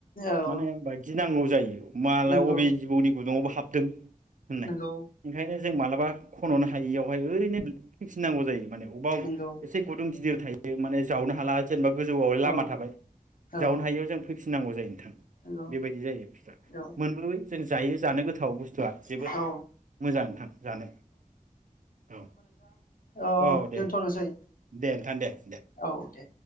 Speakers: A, on the left; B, on the right.
A: औ
B: माने गिनांगौ जायो मालाय
A: नंगौ
B: बबे जिबौनि गुङावबा हाब दों होननाय
A: नंगौ
B: ओंखायनो जों मालाबा खन'नो हायियावहाय ओरैनो फैफिनांगौ जायो माने अबाव
A: नंगौ
B: एसे गुदुं गिदिर थायो माने जावनो हाला जेनेबा गोजौआवाय लामा
A: औ
B: थाबाय जावनो
A: औ
B: हायैआव जों फै गिनांगौ जायो नोंथां
A: नंगौ
B: बेबायदि जायो बुस्थुआ
A: औ
B: मोनबै जों जायो जानो गोथ गोथाव बुस्थुआ जोबोद
A: औ
B: मोजां नोंथां जानो औ
A: अ
B: औ दे
A: दोनथ'नोसै
B: दे नोंथां दे दे दे
A: औ दे